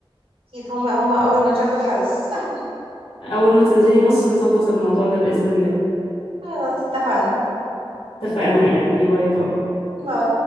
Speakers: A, on the right; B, on the left.
A: أكيد هما هما أول ما شافوا الحدث <laughs>
B: أول ما تنزلي مصر نظبط الموضوع ده بإذن الله
A: خلاص اتفقنا
B: اتفقنا يا قلبي باي باي
A: باي